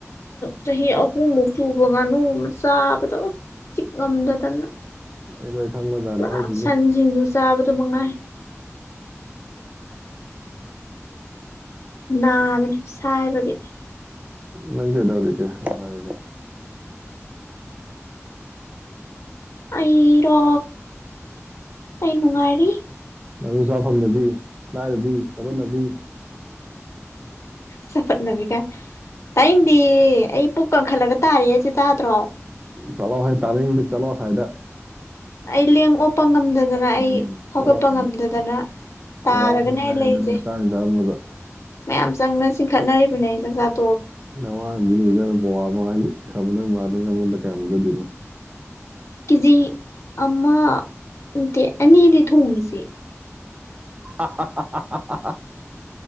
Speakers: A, on the left (about 65°); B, on the right (about 30°).
A: ꯆꯍꯤ ꯑꯍꯨꯝꯃꯨꯛꯁꯨ ꯉꯥꯅꯨ ꯑꯃ ꯆꯥꯕꯗ ꯆꯤꯛꯉꯝꯗꯗꯅ
B: <unintelligible>
A: ꯄꯨꯔꯥ
B: ꯍꯥꯏꯁꯤꯅꯤ
A: ꯁꯟ ꯁꯤꯡꯖꯨ ꯆꯥꯕꯗꯨ ꯃꯉꯥꯏ ꯅꯥꯕꯅꯦ ꯁꯥꯏꯕꯒꯤ
B: ꯅꯪ ꯀꯗꯧꯔꯤꯒꯦ ꯅꯨꯉꯥꯏꯔꯤꯕꯣ
A: ꯑꯩꯔꯣ ꯑꯩ ꯅꯨꯡꯉꯥꯏꯔꯤ
B: ꯉꯥꯅꯨꯆꯥ ꯐꯪꯗꯕꯤ ꯂꯥꯏꯔꯕꯤ ꯆꯕꯣꯠꯅꯕꯤ
A: ꯆꯕꯠꯅꯕꯤꯒꯥꯏ ꯇꯥꯏꯅꯦꯡꯗꯦ ꯑꯩ ꯄꯨꯛ ꯀꯪꯈꯠꯂꯒ ꯇꯥꯔꯤ ꯍꯥꯏꯖꯦ ꯇꯥꯗ꯭ꯔꯣ
B: ꯆꯂꯣ ꯍꯦ ꯇꯥꯅꯤꯡꯗꯦ ꯆꯂꯣ ꯑꯁꯥꯏꯗ
A: ꯑꯩ ꯂꯦꯡ ꯑꯣꯞꯄ ꯉꯝꯗꯗꯅ ꯑꯩ
B: ꯅꯪ
A: ꯍꯧꯒꯠꯄ
B: ꯆꯠꯂꯣ ꯑꯁ꯭ꯋꯥꯏꯗ
A: ꯉꯝꯗꯗꯅ ꯇꯥꯔꯒꯅꯦ
B: ꯄꯋꯥ ꯑꯃ
A: ꯑꯩ
B: ꯉꯥꯏꯔꯦ
A: ꯂꯩꯖꯦ
B: ꯅꯪ ꯅꯆꯥ ꯆꯥꯔꯝꯕꯗꯣ
A: ꯃꯌꯥꯝ ꯆꯪꯗ ꯆꯤꯡꯈꯠꯅꯔꯤꯕꯅꯦꯖꯥ ꯑꯩ ꯆꯥꯛ ꯆꯥꯆꯥ
B: ꯅꯋꯥꯅ ꯄꯤꯒꯦ ꯄꯤꯖꯕꯗ ꯄꯋꯥ ꯑꯃ ꯉꯥꯏ ꯈꯕ ꯅꯣꯏ ꯃꯥꯗꯣ ꯅꯉꯣꯟꯗ ꯀꯌꯥꯃ ꯄꯤꯖꯗꯣꯏꯅꯣ
A: ꯀꯤꯖꯤ ꯑꯃ ꯇꯦ ꯑꯅꯤꯅꯦ ꯊꯣꯡꯉꯤꯁꯦ
B: ꯍꯥꯍꯥꯍꯥꯍꯥꯍꯥ